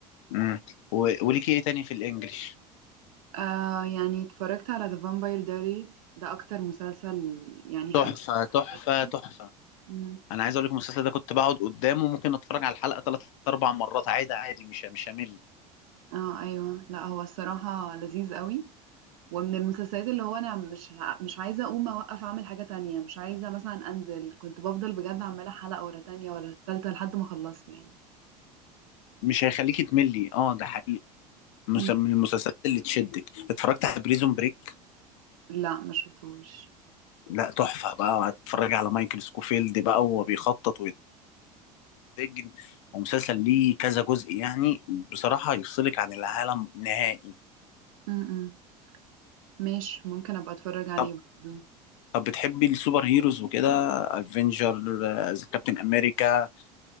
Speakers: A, on the left (about 50°); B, on the right (about 60°).
A: امم و... وليكي ايه تاني في الانجليش
B: آه يعني اتفرجت على The Vampire Diaries ده اكتر مسلسل يعني حبيته
A: تحفة تحفة
B: في حياتي.
A: تحفة
B: مم.
A: انا عايز اقول لك المسلسل ده كنت بقعد قدامه ممكن اتفرج على الحلقة ثلاث اربع مرات عادي عادي مش مش همل
B: اه ايوه لا هو الصراحة لذيذ قوي ومن المسلسلات اللي هو انا مش ع- مش عايزه اقوم اوقف اعمل حاجه تانية مش عايزه مثلا انزل كنت بفضل بجد عماله حلقه ورا تانية ورا تالتة لحد ما خلصته يعني
A: مش هيخليكي تملي اه ده حقيقي مس-
B: امم
A: من المسلسلات اللي تشدك اتفرجت على بريزون بريك
B: لا ما شفتوش
A: لا تحفة بقى هتتفرج على مايكل سكوفيلد بقى وهو بيخطط ويتسجن ومسلسل ليه كذا جزء يعني بصراحة يفصلك عن العالم نهائي
B: امم ماشي ممكن ابقى اتفرج عليه
A: طب
B: برضه
A: طب بتحبي السوبر هيروز وكده افنجر كابتن امريكا